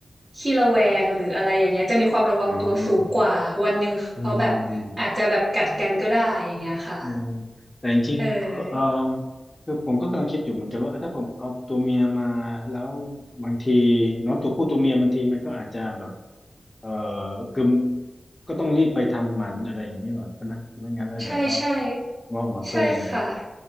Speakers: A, on the right; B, on the left.
A: ขี้ระแวงหรืออะไรอย่างเงี้ยจะมีความระวังตัวสูงกว่าวันหนึ่งเขาแบบอาจจะแบบกัดกันก็ได้อย่างเงี้ยค่ะ
B: อ๋ออืมอืมอืมเออแต่จริงๆเออ
A: เออ
B: คือผมก็กำลังคิดอยู่เหมือนกันว่าเออถ้าผมเอาตัวเมียมาแล้วบางทีเนาะตัวผู้ตัวเมียบางทีมันก็อาจจะแบบเออคือก็ต้องรีบไปทำหมันอะไรอย่างนี้หน่อยใช่ไหมไม่งั้นแล้วเดี๋ยวก็
A: ใช่ใช่
B: งอกมาเพิ่มอะไรเงี้ย
A: ใช่ค่ะ